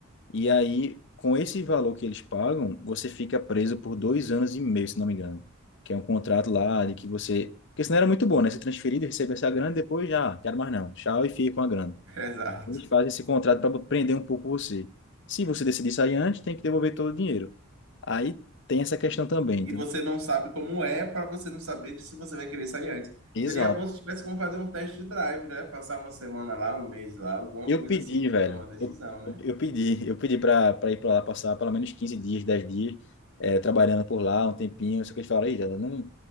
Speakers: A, on the left; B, on the right.
A: E aí, com esse valor que eles pagam, você fica preso por dois anos e meio, se não me engano. Que é um contrato lá de que você. Porque senão era muito bom, né? Ser transferido, receber essa grana, depois já, "Ah, quero mais não. Tchau e fica com a grana.
B: <laughs> Exato.
A: Eles fazem esse contrato para prender um pouco você. Se você decidir sair antes, tem que devolver todo o dinheiro. Aí tem essa questão também,
B: E
A: entendeu?
B: você não sabe como é para você não saber se você vai querer sair antes.
A: Exato.
B: Seria bom se tivesse como fazer um teste de drive, né? Passar uma semana lá, um mês lá, alguma
A: Eu
B: coisa
A: pedi,
B: assim, pra
A: velho.
B: tomar decisão,
A: Eu,
B: né?
A: eu, eu pedi, eu pedi pra, pra ir pra lá passar pelo menos 15 dias, 10 dias, eh, trabalhando por lá um tempinho. Só que eles falaram, "Ih, Jada, não,